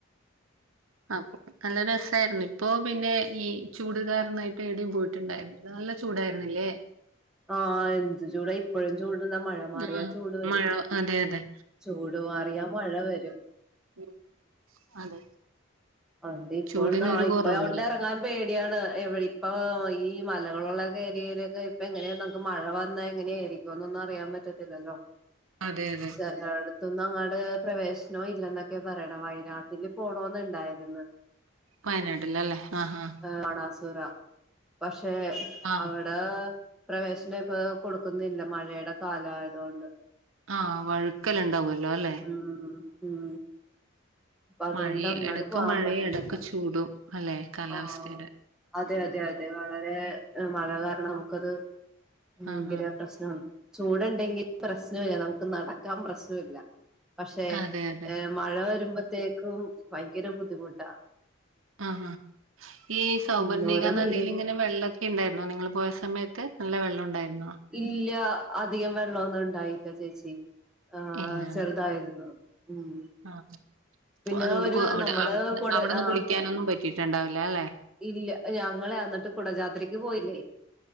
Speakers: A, on the right (about 80°); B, in the centre.
A: ആപ് നല്ല രസായിരുന്നു ഇപ്പൊ പിന്നെ ഈ ചൂടുകാരനായിട്ട് എവിടെയും പോയിട്ടുണ്ടായിരുന്നില്ല നല്ല ചൂടായിരുന്നില്ലേ
B: ആഹ് എന്ത് ചൂട ഇപ്പോഴും ചൂട്ന്നാ മഴ മാറിയാ
A: ആഹ്
B: ചൂട് വരും
A: മഴ അതെ അതെ
B: ചൂട് മാറിയാ മഴ വരും
A: ഉം അതെ
B: അ ഇപ്പോ
A: ചൂടിനൊരു
B: ന ഇപ്പോണ്ട്
A: കുറവുല്ല
B: ഇറങ്ങാൻ പേടിയാണ് എവിയെ ഇപ്പ ഈ മലകളുള്ള ഏരിയയിലൊക്കെ ഇപ്പൊ എങ്ങനെയ നമ്മക്ക് മഴ വന്നാ എങ്ങനെയായിരിക്കോ എന്നൊന്നും അറിയൻ പറ്റത്തില്ലല്ലോ
A: അതെ അതെ
B: സലാട് ഇപ്പൊ ഒന്നും അങ്ങാട് പ്രവേശനം ഇല്ല എന്നൊക്കെ പറയണ് വയനാട്ടില് പോണോന്നുണ്ടായിരുന്നു
A: വയനാട്ടിലല്ലേ ആഹ് ആഹ്
B: ഏ മണാസുര പക്ഷെ
A: ആഹ്
B: അവടെ ടെ പ്രവേശനം ഇപ്പൊ കൊടുക്കുന്നില്ല മഴയുടെ കാലായതുകൊണ്ട്
A: ആഹ് വഴുക്കൽ ഇണ്ടാവുല്ലോ അല്ലെ
B: ഉം ഉം അപ്പൊ അതുകൊണ്ട്
A: മഴ
B: അങ്ങോട്ട്
A: ഇടക്ക്
B: പോവാൻ
A: മഴയും
B: പറ്റന്നില്ല
A: ഇടക്ക് ചൂടും അല്ലെ കാലാവസ്ഥയുടെ
B: ആഹ് അതെ അതെ അതെ വളരെ മഴ കാരണം നമുക്കത് ഭയങ്കര
A: ആഹ് ആഹ്
B: പ്രശ്നാണ്. ചൂടുണ്ടെങ്കിൽ പ്രശ്നല്ല നമുക്ക് നടക്കാൻ പ്രശ്നല്ല പക്ഷേ
A: അതെ അതെ
B: ഏ മഴ വരുമ്പോത്തേക്കും ഭയങ്കര ബുദ്ധിമുട്ടാ
A: ആ ഹ പ ഈ സൗബർണിക
B: ഉം ഓരോ വീട്
A: നദിയിൽ ഇങ്ങനെ വെള്ള ക്കെ ഇണ്ടായിരുന്നോ നിങ്ങള് പോയ സമയത്ത് നല്ല വെള്ളം ഇണ്ടായിരുന്നോ
B: ഇല്ല അധികം വെള്ളന്നും ഇണ്ടായില്ല ചേച്ചി ആ
A: ഇല്ല
B: ചെറുതായിരുന്നു
A: അല്ലെ
B: ഉം
A: ആഹ്
B: പിന്നെ
A: അതുകൊണ്ട്
B: ഒരു നമ്മള്
A: അ
B: കുട
A: അവിടന്ന്
B: ആഹ്
A: കുളിക്കാനൊന്നും പറ്റിയിട്ടുണ്ടാവില്ല അല്ലെ
B: ഇല്ല ഞങ്ങളെ എന്നിട്ട് കുടജാത്രിക്ക് പോയില്ലേ